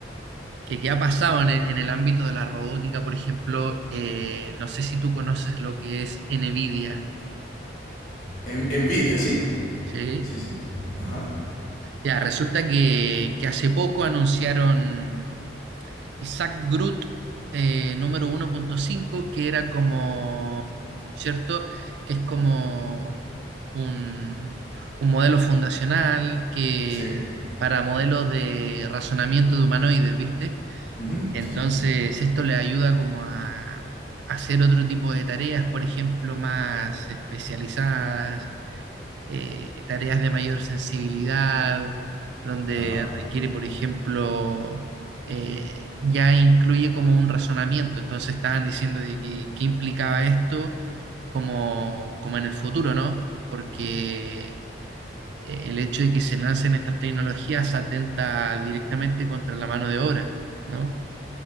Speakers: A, on the right; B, on the left.
A: que, que ha pasado en el, en el ámbito de la robótica, por ejemplo. eh, no sé si tú conoces lo que es NVIDIA,
B: En- envidia, sí.
A: ¿sí?
B: Sí, sí. Ajá.
A: Ya, resulta que, que hace poco anunciaron. Isaac Groot eh, número 1.5, que era como, ¿cierto? Que es como un, un modelo fundacional que
B: Sí.
A: para modelos de razonamiento de humanoides, ¿viste?
B: Ujú,
A: Entonces,
B: Sí, sí.
A: esto le ayuda como a hacer otro tipo de tareas, por ejemplo, más especializadas, eh, tareas de mayor sensibilidad, donde
B: Ajá.
A: requiere, por ejemplo, eh, ya incluye como un razonamiento. Entonces estaban diciendo de que, qué implicaba esto como, como en el futuro, ¿no? Porque eh, el hecho de que se lancen estas tecnologías atenta directamente contra la mano de obra, ¿no?